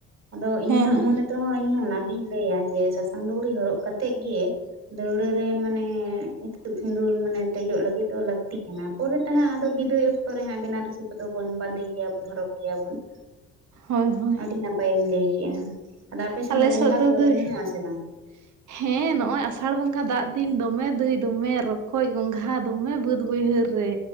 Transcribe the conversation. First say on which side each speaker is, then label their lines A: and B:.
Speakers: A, on the right; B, on the right.
A: ᱟᱫᱚ ᱤᱧ
B: ᱦᱮᱸ ᱦᱮᱸ
A: ᱢᱚᱱᱮ <unintelligible> ᱤᱧᱦᱚᱸ ᱚᱱᱟᱜᱤᱧ ᱞᱟᱹᱭᱼᱟ ᱡᱮ ᱥᱟᱸᱥᱟᱝ ᱞᱩᱜᱽᱨᱤ ᱦᱚᱨᱚᱜ ᱠᱟᱛᱮᱜ ᱜᱮ ᱫᱟᱹᱣᱲᱟᱹ ᱨᱮ ᱢᱟᱱᱮ ᱤᱛᱩᱜ ᱥᱤᱸᱫᱩᱨ ᱢᱟᱱᱮ ᱫᱮᱡᱚᱜ ᱞᱟᱹᱜᱤᱫ ᱫᱚ ᱞᱟᱹᱠᱛᱤ ᱠᱟᱱᱟ ᱾ ᱯᱚᱨᱮᱛᱮ ᱦᱟᱸᱜ ᱟᱫᱚ ᱵᱤᱫᱟᱹᱭ ᱚᱠᱛᱚ ᱨᱮ ᱦᱟᱸᱜ ᱵᱤᱱᱟ ᱨᱩᱥᱤ ᱠᱚᱫᱚ ᱵᱚᱱ ᱵᱟᱸᱫᱮ ᱜᱮᱭᱟ ᱵᱚᱱ ᱦᱚᱨᱚᱜ ᱜᱮᱭᱟᱵᱚᱱ ᱾
B: ᱦᱳᱭ ᱦᱳᱭ
A: ᱟᱹᱰᱤ ᱱᱟᱯᱟᱭᱮᱢ ᱞᱟᱹᱭ ᱠᱮᱜᱼᱟ ᱟᱫᱚ ᱟᱯᱮ ᱥᱮᱱ
B: ᱟᱞᱮ
A: ᱫᱚ ᱜᱚᱸᱜᱷᱟ
B: ᱥᱮᱫ
A: ᱠᱚᱫᱚ
B: ᱫᱟᱹᱭ
A: ᱠᱚ ᱧᱟᱢᱚᱜ ᱟᱥᱮ ᱵᱟᱝ?
B: <inaudible> ᱦᱮᱸ ᱱᱚᱜᱼᱚᱭ ᱟᱥᱟᱲ ᱵᱚᱸᱜᱟ ᱫᱟᱜ ᱫᱤᱱ ᱫᱚᱢᱮ ᱫᱟᱹᱭ ᱫᱚᱢᱮ ᱨᱚᱠᱚᱡ ᱜᱚᱝᱜᱷᱟ ᱫᱚᱢᱮ ᱵᱟᱹᱫᱽ ᱵᱟᱹᱭᱦᱟᱹᱲ ᱨᱮ